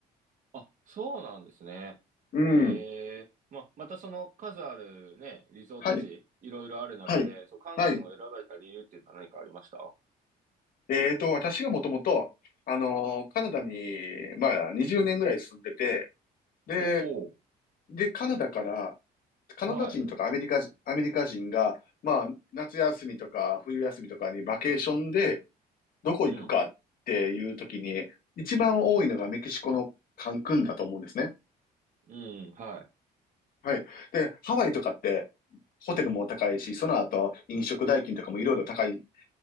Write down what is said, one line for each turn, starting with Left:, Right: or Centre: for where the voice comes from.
Right: あ、そうなんですね。
Left: うん。
Right: ええまあ、またその数あるね、リゾート地、
Left: はい。
Right: いろいろある中で、
Left: はい。
Right: そう、カン君を選ばれた理由っていうのは何かありましたお
Left: はい。えーと、私がもともと、あのーカナダに、まあ、20年ぐらい住んでて、で、
Right: おー。
Left: で、カナダから、カナダ人とかアメリカ人、
Right: はい。
Left: アメリカ人が、まあ、夏休みとか冬休みとかにバケーションでどこ行くかっていう時に、
Right: うん。
Left: 一番多いのがメキシコのカンクンだと思うんですね。
Right: うん。は
Left: はい。で、ハワイとかってホテルも高いし、その後飲食代金とかもいろいろ高い